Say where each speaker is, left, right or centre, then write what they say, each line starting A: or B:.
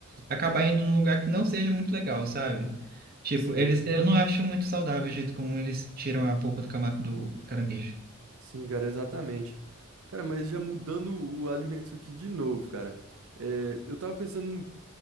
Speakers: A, on the right; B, on the right.
A: acabar indo num lugar que não seja muito legal, sabe? Tipo,
B: Sim,
A: eles eu não acho muito saudável o jeito como eles tiram a polpa do, cama- do caranguejo.
B: sim, cara, exatamente. Cara, mas já mudando o alimento aqui de novo, cara. É, eu tava pensando